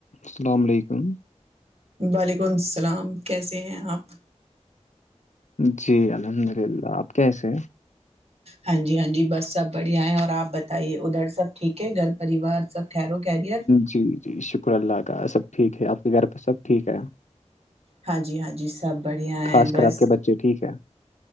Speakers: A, on the left (about 80°); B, on the right (about 60°).
A: السلام علیکم
B: وعلیکم السلام کیسے ہیں آپ
A: جی الحمد للہ آپ کیسے ہیں
B: ہاں جی ہاں جی بس سب بڑھیا ہے اور آپ بتائیے ادھر سب ٹھیک ہے گھر پریوار سب خیر و خیریت
A: جی جی شکر اللہ کا سب ٹھیک ہے آپ کے گھر پہ سب ٹھیک ہے
B: ہاں جی ہاں جی سب بڑھیا ہیں
A: خاص
B: بس
A: کر آپ کے بچے ٹھیک ہے <unintelligible>